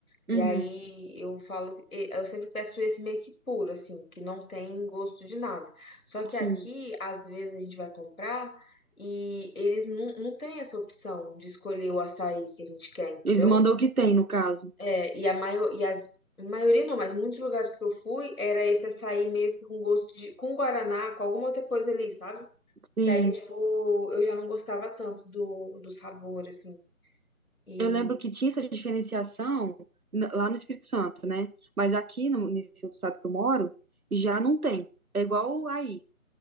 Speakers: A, on the left; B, on the right.
A: E
B: uhum.
A: aí eu falo, e- eu sempre peço esse meio que puro, assim, que não tem gosto de nada. Só que
B: Sim.
A: aqui, às vezes a gente vai comprar e eles não, não têm essa opção de escolher o açaí que a gente quer, entendeu?
B: Eles mandam o que tem, no caso.
A: É, E a maior, e as maioria não, mas muitos lugares que eu fui era esse açaí meio que com gosto de com guaraná, com alguma outra coisa ali, sabe?
B: Sim.
A: Que aí tipo, eu já não gostava tanto do, do sabor assim. E
B: Eu lembro que tinha essa diferenciação n- lá no Espírito Santo, né? Mas aqui, no, nesse outro estado que eu moro, já não tem. É igual aí.